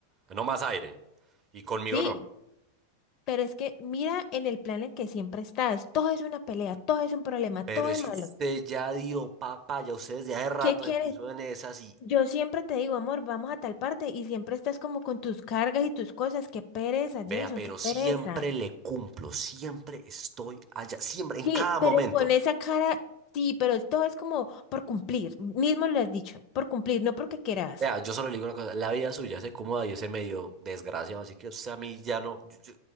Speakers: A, on the right (about 30°); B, on the left (about 40°).
A: no más aire, y conmigo
B: Sí,
A: no.
B: pero es que mira en el plan en que siempre estás. Todo es una pelea, todo es un problema,
A: Pero
B: todo
A: es
B: es malo.
A: que usted ya dio papá, ya usted desde hace rato
B: ¿Qué quieres?
A: se puso en esas y
B: Yo siempre te digo, amor, vamos a tal parte y siempre estás como con tus cargas y tus cosas. Qué pereza,
A: vea,
B: Jason,
A: pero
B: qué
A: siempre
B: pereza.
A: le cumplo, siempre estoy allá, siempre, en
B: Sí,
A: cada momento.
B: pero con esa cara, sí, pero todo es como por cumplir. Mismo lo has dicho, por cumplir, no porque quieras.
A: Vea, yo solo le digo una cosa, la vida suya se cómoda y ese medio desgraciado, así que usted a mí ya no, yo, yo-